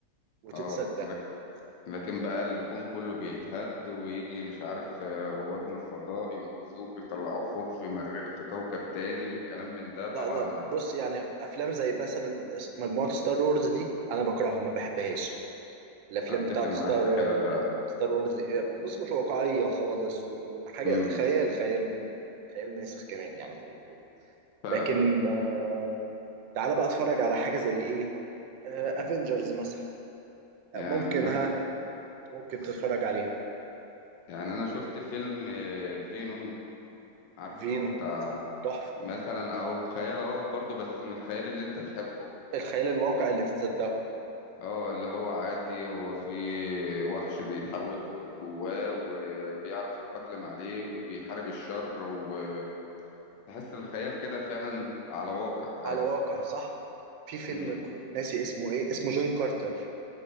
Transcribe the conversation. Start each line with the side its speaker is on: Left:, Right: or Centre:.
Right: وتتصدق
Left: اه لك- لكن بقى الكون كله بيتهد ويجي مش عارف آه، رواد من الفضاء ينقذوك ويطلعوك فوق في مر... في كوكب تاني والكلام من ده طبعا
Right: لا ده بص يعني أفلام زي مثلا مجموعة ستار وورز دي أنا بكرهها ما بحبهاش الافلام
Left: اتفق
Right: بتاعت
Left: معاك
Right: ستار
Left: في كده فعلا
Right: ستار وورز بص مش واقعيه خالص وحاجه
Left: امم
Right: خيال خيال خيال ماسخ كمان يعني زي ما بيقول
Left: فعلا
Right: لكن آه، تعالى بقى اتفرج على حاجه زي ايه افنجرز مثلا
Left: يعني
Right: آه، ممكن
Left: مثلا
Right: ها ممكن تتفرج عليها
Left: يعني انا شفت فيلم آه، فينوم عارفه
Right: فينو
Left: بتاع
Right: تحفه
Left: مثلا او خيال اهو برضه بس من الخيال اللي انت تحبه
Right: الخيال الواقع اللي تتصدقه
Left: اه اللي هو عادي هو في وحش بيتحول جواه وبيعرف يتأقلم عليه وبيحارب الشر وتحس الخيال كده فعلا على واقع عادي
Right: على واقع صح في فيلم
Left: امم
Right: ك- ناسي اسمه ايه اسمه جون كارتر